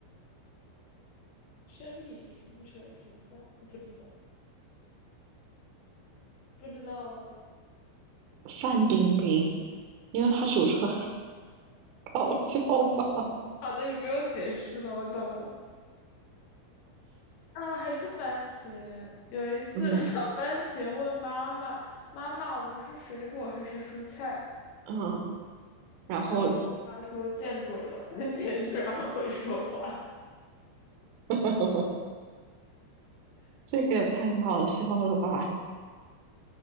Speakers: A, on the left (about 75°); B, on the right (about 85°).
A: 生米煮不成熟饭，不知道，不知道吗？
B: 范冰冰，因为她煮出来好笑吧？
A: 好的，你不用解释了，我懂了。啊，还是番茄。有一次，
B: <laughs> 嗯
A: <laughs> 小番茄问妈妈：“妈妈，我们是水果还是蔬菜？”
B: 嗯，然后
A: 然后他说见鬼了，番茄居然会说话。
B: <laughs> 这个也太好笑了吧？